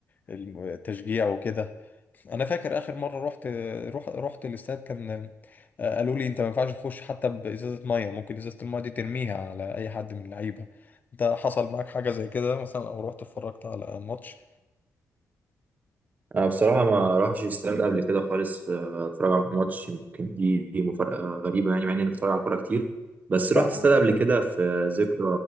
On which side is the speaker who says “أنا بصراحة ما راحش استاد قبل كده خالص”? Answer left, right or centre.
Right